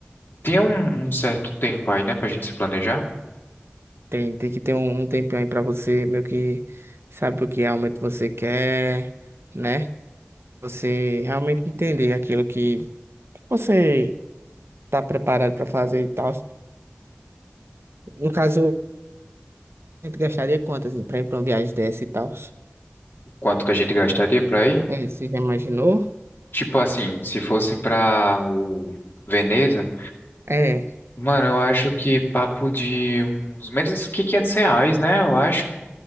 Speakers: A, on the left; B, on the right.
A: Tinha um, um certo tempo aí, né, pra gente se planejar,
B: Tem, tem que ter um, um tempinho aí pra você, meio que sabe o que realmente você quer, né? Você realmente entender aquilo que você tá preparado pra fazer e tal. No caso, a gente gastaria quanto, assim, pra ir pra uma viagem dessa e tal?
A: quanto que a gente gastaria pra ir.
B: É, você já imaginou?
A: Tipo assim, se fosse pra o Veneza,
B: É,
A: mano, eu acho que papo de uns menos que 500 reais, né, eu acho.